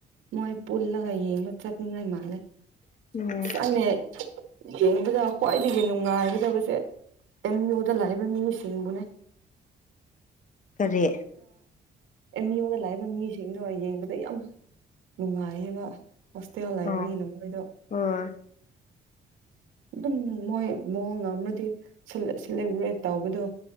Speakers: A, on the right; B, on the left.
A: ꯃꯣꯏ ꯄꯜ ꯂꯥꯏꯌꯦꯕ ꯆꯠꯅꯤꯡ ꯂꯥꯏ ꯃꯥꯦ
B: ꯎꯝ
A: ꯑꯥꯏꯅꯦ ꯌꯦꯡꯕꯗ ꯈ꯭ꯋꯥꯏꯗꯒꯤ ꯅꯨꯡꯉꯥꯏꯒꯗꯕꯁꯦ ꯑ ꯌ ꯗ ꯂꯥꯛꯕ ꯃꯤ ꯁꯤꯁꯤꯡꯕꯨꯅꯦ
B: ꯀꯔꯤ
A: ꯃꯤ ꯑꯣꯗ ꯂꯥꯛꯏꯕ ꯃꯤꯁꯤꯡꯗꯣ ꯌꯦꯡꯕꯗ ꯌꯥꯝ ꯅꯨꯡꯉꯥꯏꯌꯦꯕ ꯍꯣꯁꯇꯦꯜ ꯍꯥꯏꯕꯅꯤꯅ
B: ꯑꯣ
A: ꯃꯣꯏꯗꯣ
B: ꯍꯣꯏ
A: ꯑꯗꯨꯝ ꯃꯣꯏ ꯃꯑꯣꯡꯅꯗꯤ ꯁꯦꯂꯦꯕ꯭ꯔꯦꯠ ꯇꯧꯕꯗꯣ